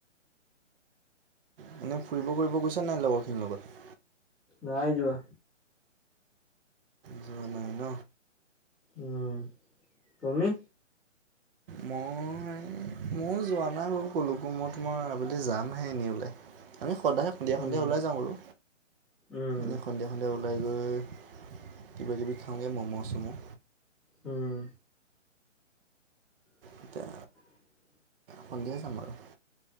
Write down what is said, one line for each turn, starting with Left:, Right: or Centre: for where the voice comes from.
Right: মানই ফুৰিব কৰিব গৈছা নাই লগৰখিনিৰ লগত।
Centre: নাই আহ যোৱা।
Right: যোৱা নাই ন?
Centre: উম তুমি।
Right: মই ময়ো যোৱা নাই বাৰু ক'লো মই তোমাৰ আবেলি যামহে এনেই ওলাই। আমি সদায়ে সন্ধিয়া সন্ধিয়া
Centre: উম
Right: ওলাই যাওঁ আৰু
Centre: উম
Right: মই সন্ধিয়া সন্ধিয়া ওলাই উম, কিবাকিবি খাওঁগৈ ম'ম' চ'ম'।
Centre: হুম, <inaudible>
Right: এতিয়া সন্ধিয়া যাম আৰু